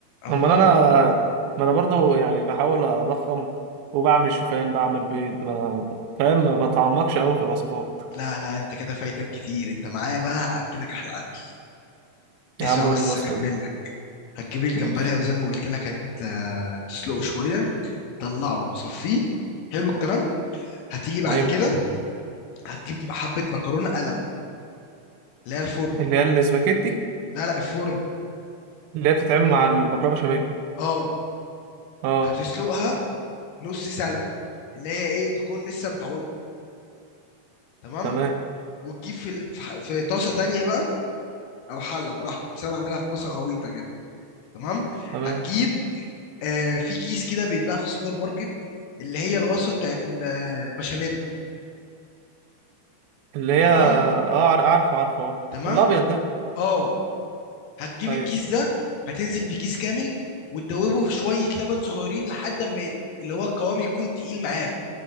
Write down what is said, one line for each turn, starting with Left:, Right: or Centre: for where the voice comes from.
Left: أمال
Right: امال انا ما انا برضو يعني بحاول اضخم وبعمل شوفان بعمل بيض ما فاهم ما بتعمقش قوي في الوصفات
Left: لا لا أنت كده فايتك كتير أنت معايا بقى هأكلك أحلى أكل اسمع
Right: يا عم قول
Left: بس
Right: لي الوصفه
Left: أكمل
Right: دي
Left: لك هتجيب الجمبري
Right: ماشي
Left: وزي ما قلت لك هت آه، تسلقه شوية طلعه صفيه حلو الكلام هتيجي بعد
Right: حلو
Left: كده هتجيب حبة مكرونة قلم اللي هي الفرن
Right: اللي هي الاسباجيتي
Left: لا لا الفرن
Right: اللي هي بتتعمل مع المكرونه بشاميل
Left: اه
Right: اه
Left: هتسلقها نص سلقه اللي هي ايه تكون لسه بتعود تمام
Right: تمام
Left: وتجيب في ال- في ح- في طاسه تانية بقى او حله براحتك بس انا بعملها في طاسه غويطه كده تمام
Right: تمام
Left: هتجيب آه في كيس كده بيتباع في السوبر ماركت اللي هي الوصفه بتاعت البشاميل
Right: اللي هي
Left: تمام
Right: اه عار- اعرف عارف اه
Left: تمام
Right: الابيض ده
Left: اه هتجيب
Right: طيب
Left: الكيس ده هتنزل بكيس كامل وتدوبه في شويه لبن صغيرين لحد ما اللي هو القوام يكون تقيل معاك